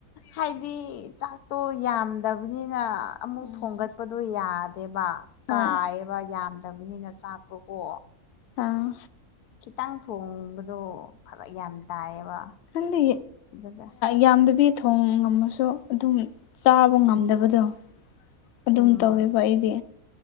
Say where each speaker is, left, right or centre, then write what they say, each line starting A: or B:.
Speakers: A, on the left (about 85°); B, on the left (about 60°).
A: ꯍꯥꯏꯗꯤ ꯆꯥꯛꯇꯣ ꯌꯥꯝꯗꯕꯅꯤꯅ ꯑꯃꯨꯛ
B: ꯎꯝ
A: ꯊꯣꯡꯒꯠꯄꯗꯣ ꯌꯥꯗꯦꯕ
B: ꯍꯣꯏ
A: ꯀꯥꯏꯑꯕ ꯌꯥꯝꯗꯕꯅꯤꯅ ꯆꯥꯛꯇꯣꯀꯣ
B: ꯑꯥ
A: ꯈꯤꯇꯪ ꯊꯣꯡꯕꯗꯣ ꯐꯔ ꯌꯥꯝ ꯇꯥꯏꯌꯦꯕ
B: ꯈꯟꯗꯤ
A: ꯑꯗꯨꯒ
B: ꯌꯥꯝꯗꯕꯤ ꯊꯣꯡ ꯉꯝꯃꯁꯨ ꯑꯗꯨꯝ ꯆꯥꯕ ꯉꯝꯗꯕꯗꯣ ꯑꯗꯨꯝ
A: ꯎꯝ
B: ꯇꯧꯋꯦꯕ ꯑꯩꯗꯤ